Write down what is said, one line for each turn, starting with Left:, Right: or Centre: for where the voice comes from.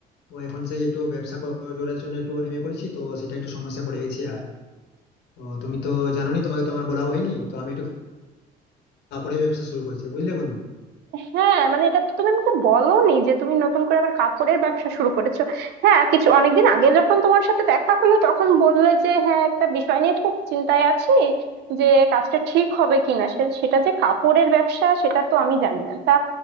Left: তো এখন সেই একটু ব্যবসা কর- করার জন্য একটু নেমে পড়েছি তো সেটা একটু সমস্যা পড়ে গেছি আর তো তুমি তো জানোনি তোমাকে তো আমার বলাও হয়নি তো আমি একটু কাপড়ের ব্যবসা শুরু করেছি বুঝলে বন্ধু
Right: হ্যাঁ মানে এটা তো তুমি আমাকে বলোনি যে তুমি নতুন করে আবার কাপড়ের ব্যবসা শুরু করেছো হ্যাঁ কিছু অনেকদিন আগে যখন তোমার সাথে দেখা হলো তখন বললে যে হ্যাঁ একটা বিষয় নিয়ে খুব চিন্তায় আছি যে কাজটা ঠিক হবে কিনা সে- সেটা যে কাপড়ের ব্যবসা সেটা তো আমি জানি না তা